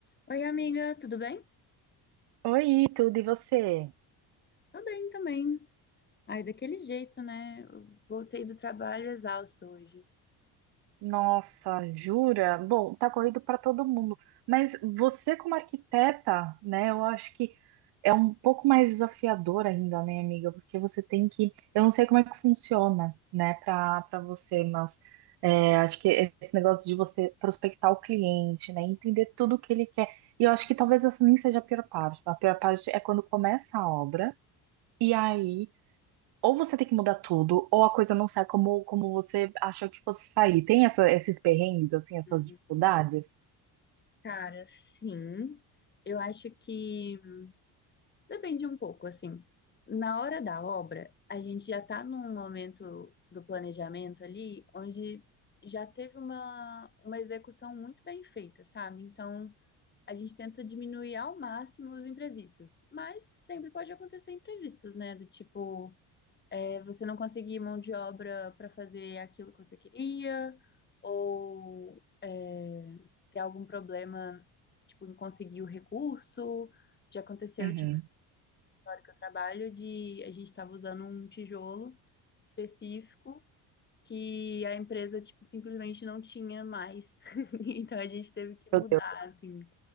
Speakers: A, on the left; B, on the right.
A: Oi, amiga, tudo bem?
B: Oi, tudo e você?
A: Tô bem também. Ai, daquele jeito, né? Eu voltei do trabalho exausto hoje.
B: Nossa, jura? Bom, tá corrido para todo mundo, mas você como arquiteta, né, eu acho que é um pouco mais desafiador ainda, né, amiga? Porque você tem que, eu não sei como é que funciona, né, para para você, mas é, acho que esse negócio de você prospectar o cliente, né, entender tudo o que ele quer. E eu acho que talvez essa nem seja a pior parte. A pior parte é quando começa a obra. E aí ou você tem que mudar tudo, ou a coisa não sai como, como você achou que fosse sair. Tem essa- esses perrengues, assim, essas
A: Hum,
B: dificuldades?
A: Cara, sim. Eu acho que depende um pouco, assim. Na hora da obra, a gente já tá num momento do planejamento ali, onde já teve uma, uma execução muito bem feita, sabe? Então, a gente tenta diminuir ao máximo os imprevistos, mas sempre pode acontecer imprevistos, né? Do tipo É, você não conseguir mão de obra para fazer aquilo que você queria, ou é, ter algum problema, tipo, em conseguir o recurso. Já aconteceu,
B: Uhum.
A: tipo, essa história que eu trabalho, de a gente estava usando um tijolo específico que a empresa, tipo, simplesmente não tinha mais. <laughs> Então a gente teve que mudar,
B: Meu Deus.
A: assim.